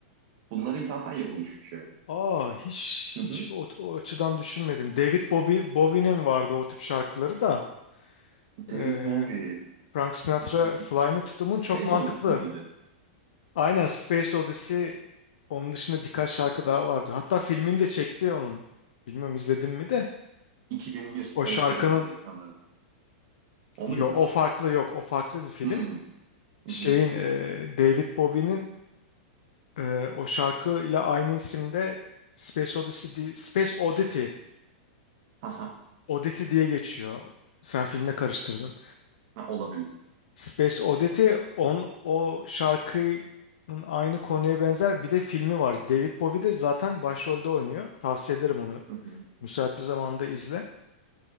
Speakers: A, on the right; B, on the left.
A: Bunlara ithafen yapılmış bir şey. o.
B: Aa hiç
A: Hı
B: hiç
A: hı.
B: o, o açıdan düşünmedim. David Bowie, Bowie'nin vardı o tip şarkıları da.
A: David
B: Ee,
A: Bowie,
B: Frank Sinatra
A: hmm,
B: Fly Me to the Moon
A: Space
B: çok mantıklı.
A: Odyssey miydi?
B: Aynen Space Odyssey onun dışında birkaç şarkı daha vardı. Hatta filmini de çekti onun. Bilmiyorum izledim mi de.
A: 2001 Space
B: O şarkının
A: Odyssey diye sanırım. O
B: yo,
A: muydu?
B: o farklı yok o farklı bir film.
A: Hmm. Hı
B: Şeyin
A: hı.
B: e, David Bowie'nin Ee, o şarkı ile aynı isimde Space Odyssey değil, Space Oddity,
A: Haha.
B: Oddity diye geçiyor. Sen filmle karıştırdın.
A: Ha, olabilir.
B: Space Oddity on, o şarkının aynı konuya benzer bir de filmi var. David Bowie de zaten başrolde oynuyor. Tavsiye ederim onu.
A: Hı hı.
B: Müsait bir zamanda izle.